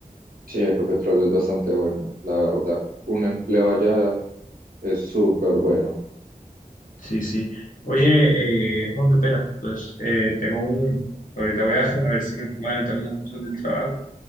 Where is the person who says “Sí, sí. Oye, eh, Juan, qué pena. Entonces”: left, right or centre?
Left